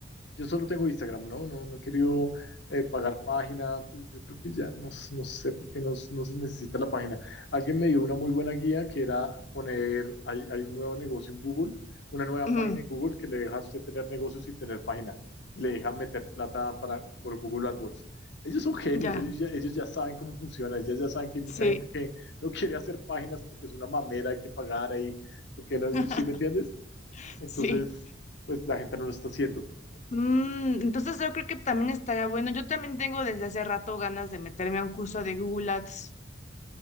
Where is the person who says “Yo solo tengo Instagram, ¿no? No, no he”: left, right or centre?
Left